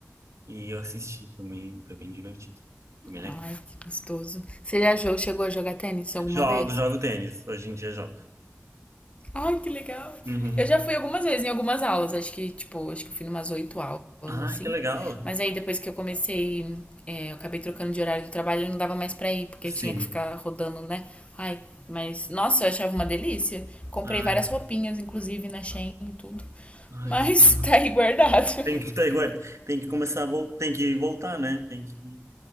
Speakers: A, on the right; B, on the left.
A: e eu assisti, foi bem, foi bem divertido. Foi bem legal.
B: Ai, que gostoso. Você já jo- chegou a jogar tênis alguma
A: Jogo,
B: vez?
A: jogo tênis. Hoje em dia jogo.
B: Ai, que legal.
A: Uhum.
B: Eu já fui algumas vezes em algumas aulas, acho que, tipo, acho que eu fui numas oito aulas,
A: Ai,
B: assim.
A: que legal.
B: Mas aí depois que eu comecei, é, eu acabei trocando de horário do trabalho, eu não dava mais pra ir, porque
A: Sim.
B: eu tinha que ficar rodando, né? Ai, mas, nossa, eu achava uma delícia. Comprei
A: Ai,
B: várias
A: eu-
B: roupinhas, inclusive, na Shein e tudo.
A: ai,
B: Mas
A: sim.
B: <laughs> tá aí guardado.
A: Tem
B: <laughs>
A: que, ter- ué, tem que começar a voltar, tem que voltar, né? Tem que.